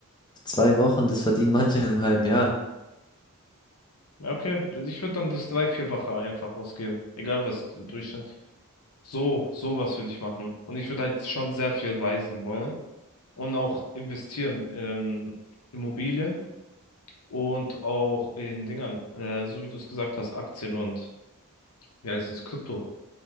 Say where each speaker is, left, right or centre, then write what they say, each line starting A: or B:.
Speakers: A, on the left; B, on the left.
A: Zwei Wochen, das verdienen manche in einem halben Jahr.
B: Ja, Okay, ich würde dann das drei, vierfache einfach ausgeben. Egal was Durchschnitt. So, sowas würde ich machen. Und ich würde halt schon sehr viel reisen wollen und auch investieren in Immobilien und auch in Dingern, äh, so wie du es gesagt hast, Aktien und, wie heißt es, Krypto.